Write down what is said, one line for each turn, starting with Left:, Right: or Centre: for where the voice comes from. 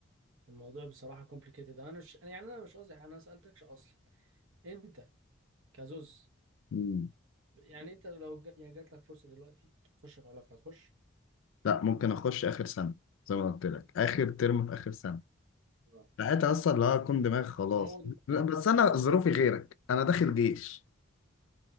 Right: الموضوع بصراحه كومبليكيتد انا مش يعني انا مش قصدي انا ما سالتكش اصلا انت كزوز
Left: مم.
Right: يعني انت لو ج... يعني جات لك فرصه دلوقتي تخش في علاقه هتخش
Left: لا ممكن أخش آخر سنة زي ما قلت لك آخر ترم في آخر سنة
Right: آه.
Left: ساعتها اصلا اللي هو اكون دماغ خلاص
Right: ما هو
Left: لا،
Right: ده
Left: بس انا ظروفي غيرك انا داخل جيش